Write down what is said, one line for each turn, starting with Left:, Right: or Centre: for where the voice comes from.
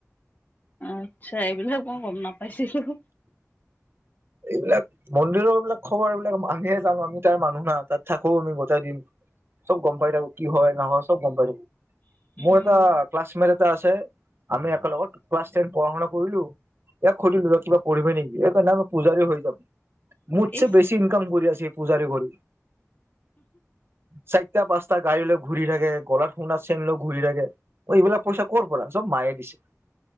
Left: আচ্ছা এইবিলাক মই গম নাপাইছিলো।
Right: এইবিলাক মন্দিৰৰ এইবিলাক খবৰ এইবিলাক আমিহে যানো আমি তাইৰ মানুহ না তাত থাকো আমি গতাই দিন। চব গম পাই থাকো কি হয়, নহয় চব গম পাই থাকো। মোৰ
Left: উম,
Right: এটা ক্লাছমেট এটা আছে, আমি একেলগত ক্লাছ টেন পঢ়া-শুনা কৰিলো। ইয়াক সুধিলো কিবা পঢ়িবি নেকি সেইকাৰণে আমি পূজাৰী হৈ যাম মোছছে
Left: ইচ
Right: বেছি ইনকাম কৰি আছে। যে পূজাৰি কৰি । চাৰিটা পাচটা গাড়ী লৈ ঘূৰি থাকে। গলাত খুন্দা চেন লৈ ঘূৰি থাকে অ' এইবিলাক পইচা কৰ পৰা, চব মায়ে দিছে,